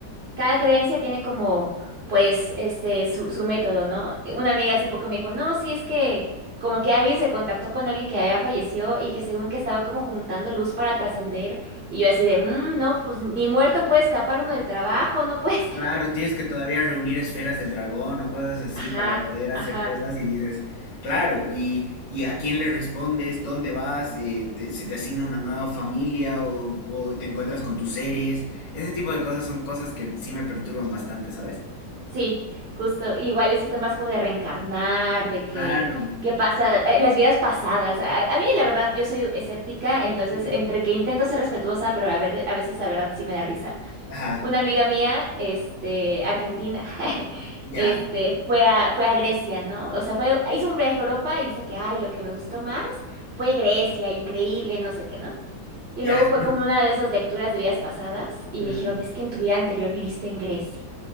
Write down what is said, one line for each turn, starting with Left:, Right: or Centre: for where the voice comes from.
Right: Cada creencia tiene como, pues, este, su, su método, ¿no? Una amiga hace poco me dijo, no, sí, es que como que alguien se contactó con alguien que había fallecido y que según que estaba como juntando luz para trascender, y yo así de, "Mm, no, pues ni muerto puede escapar uno del trabajo, no puede ser.
Left: claro, tienes que todavía reunir esferas del dragón o cosas así
Right: <laughs> Ajá,
Left: para poder hacer
Right: ajá.
Left: cosas y dices, claro, y, y a quién le respondes, dónde vas, Eh, te- se te asigna una nueva familia o, o te encuentras con tus seres. Ese tipo de cosas son cosas que sí me perturban bastante, ¿sabes?
Right: Sí, justo. Igual esos temas como de reencarnar, de que,
Left: Claro.
Right: qué pasa, eh, las vidas pasadas. A, a mí, la verdad, yo soy escéptica, entonces
Left: Ujú.
Right: entre que intento ser respetuosa, pero a ver, a veces la verdad sí me da risa.
Left: Ajá,
Right: Una amiga mía, este, argentina, <laughs>
Left: ya,
Right: este, fue a, fue a Grecia, ¿no? O sea, fue, hizo un viaje a Europa y dice que, ay, lo que me gustó más fue Grecia, increíble, no sé qué, ¿no? Y
Left: ya.
Right: luego fue como una de esas lecturas de vidas pasadas y
Left: Ujú.
Right: le dijeron, es que en tu vida anterior viviste en Grecia.